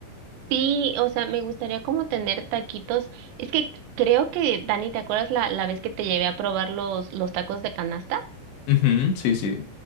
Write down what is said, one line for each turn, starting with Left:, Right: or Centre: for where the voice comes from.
Right: Sí, o sea, me gustaría como tener taquitos. Es que creo que, Dani, ¿te acuerdas la, la vez que te llevé a probar los, los tacos de canasta?
Left: Ujú, sí, sí.